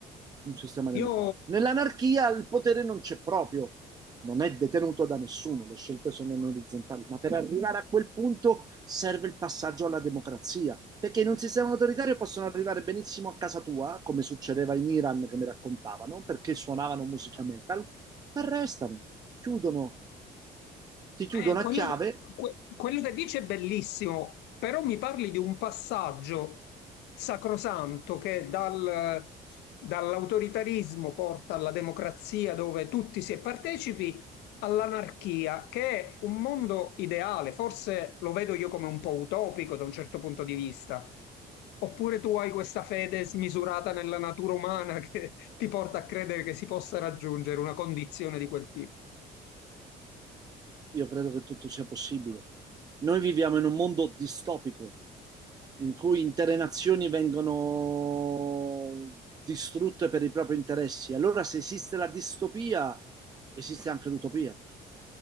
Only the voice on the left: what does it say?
io
Eh, quello,
que- quello che dice è bellissimo, però mi parli di un passaggio sacrosanto che dal- dall'autoritarismo porta alla democrazia dove tutti si è partecipi, all'anarchia, che è un mondo ideale, forse lo vedo io come un po' utopico da un certo punto di vista. Oppure tu hai questa fede smisurata nella natura umana <laughs> che ti porta a credere che si possa raggiungere una condizione di quel tipo.